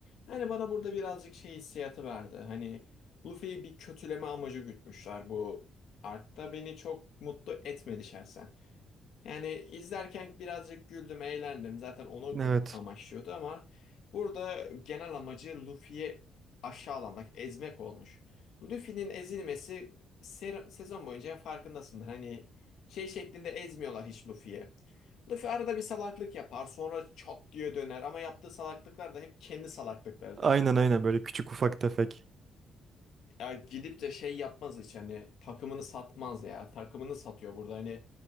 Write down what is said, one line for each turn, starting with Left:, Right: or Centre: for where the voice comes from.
Left: Hani bana burada birazcık şey hissiyatı verdi. Hani Luffy'yi bir kötüleme amacı gütmüşler bu arkta beni çok mutlu etmedi şahsen. Yani izlerken birazcık güldüm, eğlendim. Zaten onu
Right: Evet.
Left: gü- amaçlıyordu ama burada genel amacı Luffy'yi aşağılamak, ezmek olmuş. Luffy'nin ezilmesi ser- sezon boyunca farkındasındır. Hani şey şeklinde ezmiyorlar hiç Luffy'ye. Luffy arada bir salaklık yapar, sonra çat diye döner ama yaptığı salaklıklar da hep kendi salaklıklarıdır.
Right: Aynen aynen böyle küçük ufak tefek.
Left: Ya gidip de şey yapmaz hiç hani takımını satmaz ya. Takımını satıyor burada hani